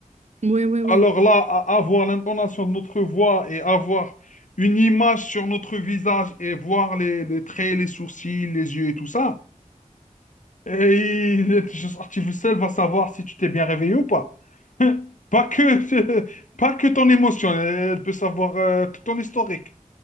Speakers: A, on the right; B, on the left.
A: Oui, oui, oui.
B: Alors là, à- avoir l'intonation de notre voix et avoir une image sur notre visage et voir les, les traits, les sourcils, les yeux et tout ça, et il- l'intelligence artificielle va savoir si tu t'es bien réveillé ou pas. <laughs> Pas que, <laughs> pas que ton émotion, elle peut savoir euh, tout ton historique.